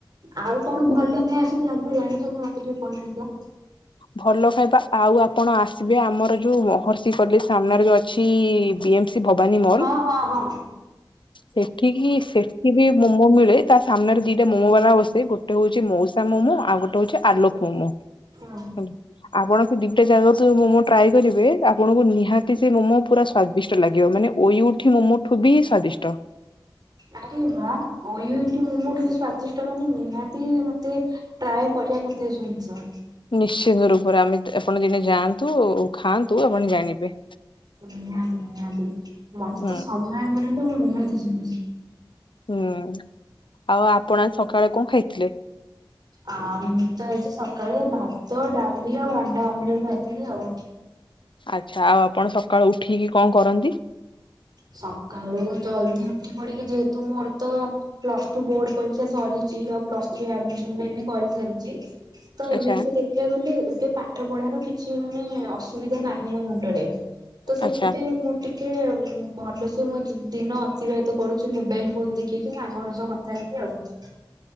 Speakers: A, on the right; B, on the left.
A: ଆଉ କଣ ଭଲ ଖାଇବା ସବୁ ଯା ଜାଣିଛନ୍ତି ମତେ ଟିକେ କହିବେ ତ।
B: ଭଲ ଖାଇବା ଆଉ ଆପଣ ଆସିବେ ଆମର ଯୋଉ ମହର୍ଷି କଲେଜ ସାମ୍ନାରେ ଯୋଉ ଅଛି ବି ଏମ ଭବାନୀ ମଲ
A: ହଁ ହଁ ହଁ
B: ସେଠିକି ସେଠି ବି ମୋମୋ ମିଳେ। ତା ସାମ୍ନରେ ଦିଟା ମୋମୋ ବାଲା ବସେ ଗୋଟେ ହଉଛି ମଉସା ମୋମୋ ଆଉ ଗୋଟେ ହଉଛି ଆ ଲୋପ ମୋମୋ ହେଲା,
A: ହଁ।
B: ଆପଣ ସେଠି ଗୋଟେ ଜାଗା ମମୋ ଟ୍ରାଏ କରିବେ ଆପଣଙ୍କୁ ନିହାତି ସେ ମୋମୋ ପୁରା ସ୍ୱାଦିଷ୍ଟ ଲାଗିବ ଅୟୁଠି ମୋମୋ ମୁଠୁ ବି ସ୍ଵାଦିଷ୍ଟ।
A: ଆରେ ବା ଓୟୁଏଟି ମୋମୋ ଠୁ ବି ସ୍ଵାଦିଷ୍ଟ ମାନେ ନିହାତି ମତେ ଟ୍ରାଏ କରିବା କତେ ଜିନିଷ।
B: ନିଶ୍ଚିନ୍ତ ରୂପରେ ଆମେ ଆପଣ ଦିନେ ଯାଆନ୍ତୁ ଆ ଖାଆନ୍ତୁ ଆପଣ ଜାଣିବେ।
A: ନିହାତି ନିହାତି ମୋତେ
B: ହୁଁ
A: ସମୟ ମିଳିଲେ ମୁଁ ନିହାତି ଯିବି।
B: ହୁଁ ଆଉ ଆପଣ ସକାଳେ କଣ ଖାଇଥିଲେ?
A: ଆ ମୁଁ ତ ଆଜି ସକାଳେ ଭାତ ଡାଲି ଆଉ ଅଣ୍ଡା ଅମଲେଟ ଖାଇଥିଲି ଆଉ।
B: ଆଚ୍ଛା ଆଉ ଆପଣ ସକାଳୁ ଉଠିକି କଣ କରନ୍ତି?
A: ସକାଳୁ ଜଲଦି ଉଠି ପଡିକି ଯେହେତୁ ମୋର ତ ପ୍ଲସ ଟୁ ବୋର୍ଡ ପରୀକ୍ଷା ସରିଛି। ପ୍ଲସ୍ ଥ୍ରୀ ଆଡମିସନ ବି ଏଇନେ କରିସାରିଛି। ତ
B: ଆଚ୍ଛା
A: ଏମିତିରେ ଦେଖିବାକୁ ଗଲେ ଏବେ ପାଠ ପଢାର କିଛି ମାନେ ଅସୁବିଧା ନାହିଁ ମୋ ମୁଣ୍ଡରେ। ତ ସେଥିପାଇଁ
B: ଆଚ୍ଛା
A: ମୁଁ ଟିକେ ଭଲସେ ମୁଁ ଦିନ ଅତିବାହିତ କରୁଛି ମୋବାଇଲ ଫୋନ ଦେଖିକି ସାଙ୍ଗ ମାନଙ୍କ ସହ କଥା ହେଇକି ଆଉ।